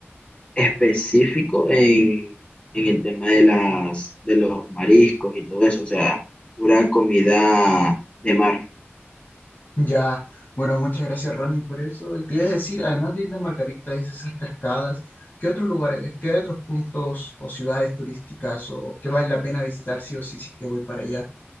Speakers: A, on the left (about 25°); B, on the left (about 45°).
A: específicos en, en el tema de las, de los mariscos y todo eso, o sea, pura comida de mar.
B: Ya, bueno, muchas gracias Ronnie por eso. Te iba a decir, además de Islas Margaritas y esas cascadas, ¿qué otros lugares, qué otros puntos o ciudades turísticas o que vale la pena visitar sí o sí si es que voy para allá?